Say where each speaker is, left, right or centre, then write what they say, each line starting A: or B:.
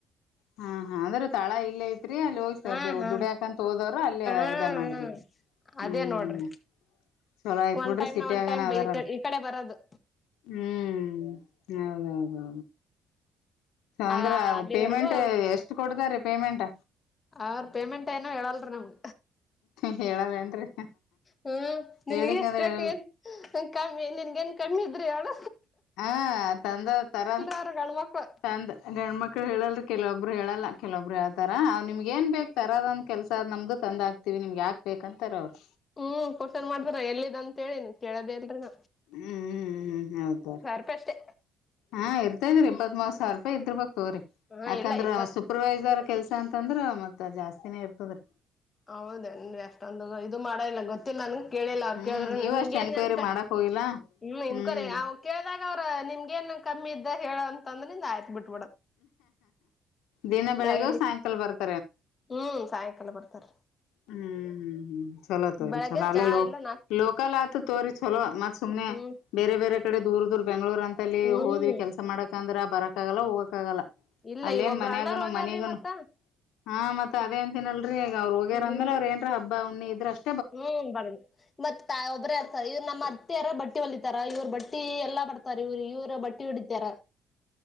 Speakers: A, on the left; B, on the left.
A: ಹಾ ಹಾ ಅಂದ್ರೂ ತಾಳ ಇಲ್ಲ ಇತ ರಿ ಅಲ್ಲಿ ಹೋಗಿ
B: ಹಾ ಹಾ
A: ದುಡಕಂತ ಹೋದವರು ಅಲ್ಲಿ
B: ಹಾ ಹಾ
A: ಇದ ಮಾಡಿದಿಡ್ರಿ ಹ್ಮ್
B: ಅದೇ ನೋಡ್ರಿ
A: ಚಲೋ ಆಯ್ತ್
B: ಒಂದ್
A: ಬಿಡ್ರಿ
B: ಟೈಮ್
A: ಸಿಟಿ
B: ನ ಒಂದ್
A: ಆಗನ
B: ಟೈಮ್
A: ಅದಾರಲ್
B: ಈ ಕಡೆ ಬರೋದು
A: ಹ್ಮ್ ಹೌದೌದೌದು ಅಂದ್ರ
B: ಆ ಅಲ್ಲಿವರೆಗೂ
A: ಪೇಮೆಂಟ್ ಎಷ್ಟು ಕೊಡದಾ ರೀ ಪೇಮೆಂಟ್ಟ
B: ಅವ್ರ ಪೇಮೆಂಟ್ ಏನೋ ಹೇಳಲ್ರಿ ನಮ್ಗ
A: ಹೇಳದೇನ್ರಿ
B: ಹ್ಮ ನಿನ್ಗೆ
A: ಹೇಳಿಕಂದ್ರ
B: ಎಷ್ಟ
A: ಹೇಳ
B: ಬೇಕು ನ್ ಕಮ್ಮಿ ನಿನ್ಗ ನ್ ಕಮ್ಮಿ ಇದ್ರಿ ಅವಳ
A: ಹಾ ತಂದ ತರ
B: ಅವ್ರ ಗಂಡ್ಮಕ್ಳು
A: ತಂದ ಗಣ್ಮ ಮಕ್ಕಳ ಹೇಳಲ್ರು ಕೆಲವೊಬ್ಬರು ಹೇಳಲ್ಲ ಕೆಲೊಬ್ಬರು ಹೇಳ್ತಾರ ಅವ್ ನಿಮ್ಗೆ ಏನ್ ಬೇಕ ತರದೊಂದ್ ಕೆಸದ ನಮ್ದು ತಂದ ಆತಿ ವಿ ನಿಮ್ಗೆ ಯಾಕ್ ಬೇಕ ಅಂತಾರೆ ಅವರು
B: ಹ್ಮ್ ಕೋಷನ್ ಮಾಡ್ದ್ರ ಎಲ್ಲ್ಂತೇಳಿ ನೀ ಕೇಳದೇ ಇಲ್ರಿನ
A: ಹ್ಮ್ ಹ್ಮ್ ಹ್ಮ್ ಹೌದ್ರೀ
B: ರೂಪಾಯಿ ಅಷ್ಟೇ
A: ಹಾ ಇರ್ತಾದ್ರರಿ ಇಪ್ಪತ್ ಮಾಸ ಸಾವಿ ರೂಪಾಯಿ ಇದ್ಬೇಕ್ ತವ್ರರಿ
B: ಹಾ
A: ಯಾಕಂದ್ರ
B: ಇಲ್ಲ ಇಪ್ಪತ್
A: ಸೂಪರ್ವೈಸರ್ ಕೆಲ್ಸ ಅಂತಂದ್ರ ಮತ್ ಜಾಸ್ತಿನೇ ಇರ್ತದ್ರೀ
B: ಹೌದೇನ್ರಿ ಅಷ್ಟೊಂದು ಇದು ಮಾಡ ಇಲ್ಲ ಗೊತ್ತಿಲ್ಲ ನನ್ಗೆ ಕೇಳಿಲ್ಲ ಅವ್ರು
A: ಹ್ಮ್
B: ಕೇಳಿದ್ರ
A: ನೀವು ಅಷ್ಟ್
B: ನಿನ್ ಏನ್
A: ಎನ್ಕ್ವೈರಿ
B: ಅಂತ
A: ಮಾಡಕ್ ಹೋಗಿಲ್ಲ
B: ಇಲ್ಲ ಇನ್
A: ಹ್ಮ್
B: ಕೊನೆ ಅವ ಕೇಳ್ದಾಗ ಅವ್ರ ನಿಮ್ಗ ಏನ್ ಕಮ್ಮಿ ಇದ್ದ ಹೇಳಂತಂದ್ರೆಂದ ಆಯ್ತ್ ಬಿಟ್ಟಿ
A: ದಿನ ಬೆಳಿಗೂ
B: ನಾ ಎಲ್ಲಿ
A: ಸಾಯಂಕಾಲ ಬರ್ತ
B: ಹ್ಮ್ ಸಾಯಕಾಲ ಬರ್ತಾರ
A: ಹ್ಮ್ ಹ್ಮ್ ಹ್ಮ್ ಚಲೋ ತೋರಿ
B: ಬೆಳಗ್ಗೆ
A: ಚಲೋ ಅಲ್ಲೋ
B: ಚಾ ಇಲ್ಲ ನಾ
A: ಲೋಕಲ್ ಆತ ತೋರಿ ಚಲೋ ಮತ್ತ ಸುಮ್ನೆ
B: ಹ್ಮ್
A: ಬೇರೆ ಬೇರೆ ಕಡೆ ದೂರ ದೂರ್ ಬೆಂಗ್ಗಳೂರ್ ಅಂತಲ್ಲಿ
B: ಹ್ಮ್
A: ಹೋದ್ವಿ ಕೆಲಸ ಮಾಡಕಂದ್ರ ಬರಕ್ಕಾಗಲ್ಲ ಹೋಗಕ್ಕಾಗಲ್ಲ
B: ಇಲ್ಲ
A: ಅಲ್ಲೇನ್
B: ಈಗ ಒಬ್ಬ್ರ
A: ಮನ್ಯಾಗನು
B: ಅಣ್ಣಾರ್ ಹೋಗ್ಯಾರ್ರಿ
A: ಮನಿಗನು
B: ಮತ್ತ
A: ಹ ಮತ್ತತ್ ಅದೇ ಅಂತನಲ್ರರಿ ಈಗ ಅವ್ರ
B: ಹ್ಮ್
A: ಅಂದೇ ಅವ್ರ ಏನ್ ಹಬ್ ಹುಣಿ ಇದ್ರಷ್ಟ
B: ಹ್ಮ್ ಬಣ ಮತ್ ಒಬ್ರೇ ಇರ್ತಾರೆ ಇವ್ರು ನಮ್ಮ ಹತಾರ ಬಟ್ಟಿ ಹೊಲಿತಾರ ಇವ್ರ ಬಟ್ಟಿ ಎಲ್ಲಾ ಬರ್ತಾರ ಇವ್ರು ಇವ್ ಬಟ್ಟಿ ಹಿಡಿತಾರ